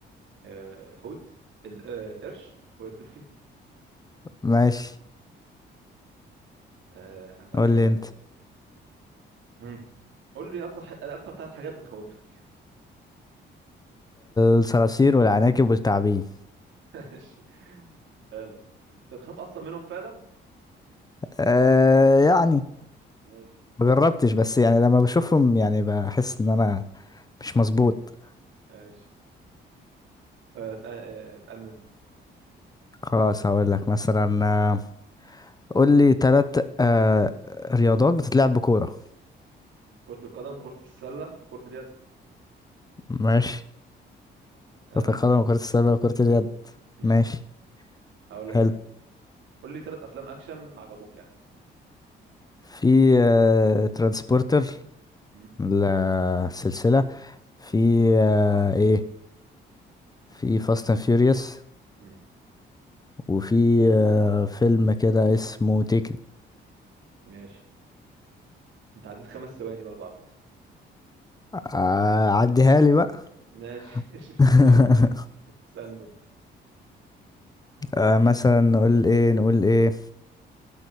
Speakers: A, on the right; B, on the left.
A: آه، حوت ال- آه، القرش والدولفين
B: ماشي
A: آه، هسألك
B: قول
A: أنا
B: لي انت
A: ماشي هم. قول لي أكتر ح... أكتر ثلاث حاجات بتخوفك
B: الصراصير والعناكب والتعابين
A: <laughs> ماشي حلو أنت تخاف أصلا منهم فعلا
B: آه يعني
A: ماشي
B: ما جربتش بس يعني لما بشوفهم يعني بحس ان انا مش مظبوط
A: ماشي آه، اسأل... آه، اسألني أنت
B: خلاص هقول لك مثلا آه، قول لي ثلاث آه رياضات بتتلعب بكوره
A: كرة القدم كرة السلة كرة اليد
B: ماشي
A: أه...
B: كرة القدم وكرة السلة وكرة اليد
A: مم.
B: ماشي
A: هقول
B: حلو
A: لك أنا قول لي ثلاث أفلام أكشن عجبوك يعني
B: في آه، ترانسبورتر
A: مم.
B: السلسلة في آه، ايه في فاست اند فيوريوس
A: مم.
B: وفي آه، فيلم كده اسمه تيكن
A: ماشي أنت عديت خمس ثواني برضه على فكرة.
B: آه، عديها لي بقى
A: ماشي <laughs> مش مشكلة
B: <laughs>
A: سند
B: آه مثلا نقول ايه نقول ايه,